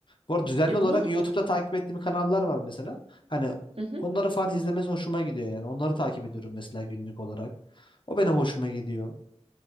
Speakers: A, on the left; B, on the right.
A: Bu arada düzenli
B: Ya
A: olarak
B: bunun
A: YouTube'da takip ettiğim kanallar var mesela. Hani
B: Hı hı,
A: onları falan izlemesi hoşuma gidiyor yani. Onları takip ediyorum mesela günlük olarak. O benim hoşuma gidiyor.